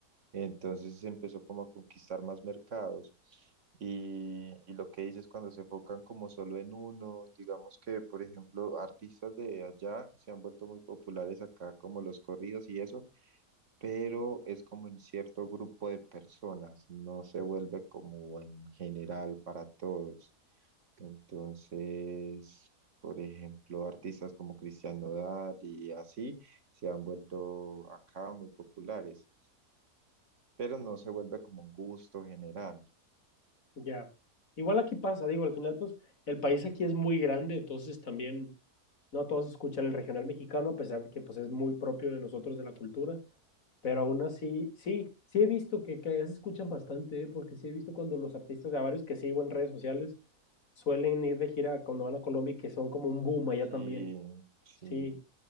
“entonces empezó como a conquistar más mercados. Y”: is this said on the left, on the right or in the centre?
Right